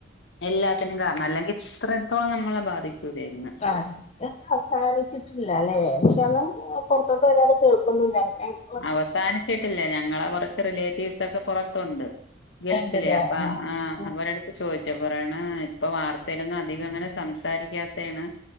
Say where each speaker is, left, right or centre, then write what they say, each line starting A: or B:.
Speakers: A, on the left; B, on the left.
A: എല്ലാത്തിനും കാരണം അല്ലെങ്കിൽ ഇത്ര ത്തോളം നമ്മളെ ബാധിക്കുലായിരുന്നു
B: അ ഇതൊന്നു അവസാനിച്ചി ഇല്ലാല്ലേ പക്ഷെ അതും പൊറത്തോട്ടുവരാതെ കേൾക്കൊന്നില്ല എങ്ങ്
A: അവസാനിച്ചിട്ടില്ല ഞങ്ങളെ കൊറച്ച് റിലേറ്റീവ്സൊക്കെ പൊറത്തൊണ്ട് ഗൾഫിലേ
B: ഉണ്ടല്ലേ
A: അപ്പ
B: ആഹ്
A: ആ അവടു ചോദിച്ചപ്പറയാണ് ഇപ്പൊ വാർത്തയിലൊന്നും അധികം അങ്ങനെ സംസാരിക്കാത്തെയാണ്